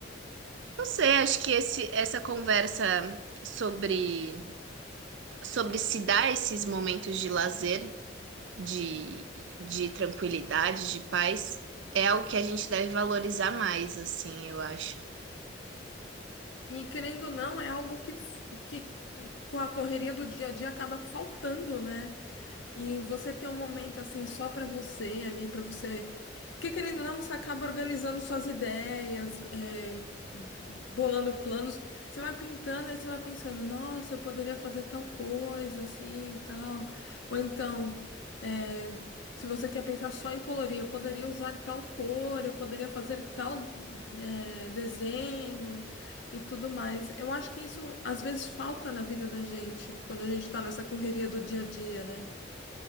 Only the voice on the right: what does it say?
não sei, acho que esse, essa conversa sobre, sobre se dar esses momentos de lazer, de, de tranquilidade, de paz, é algo que a gente deve valorizar mais, assim, eu acho.